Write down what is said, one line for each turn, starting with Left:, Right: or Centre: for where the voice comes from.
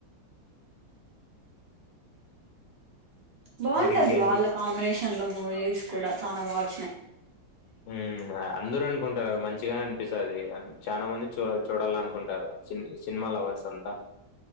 Right: బాగుంటది
Left: మరి ఇంకేంటి
Right: వాళ్ళ కాంబినేషన్ లో మూవీస్ కూడా చాలా బాగా వచ్చినాయి
Left: ఉ అందరు అనుకుంట అంటారు మంచిగానే అనిపిస్తుంది చాలా మంది చూడ చూడాల అనుకుంటారు సినిమా అవర్స్ అంతా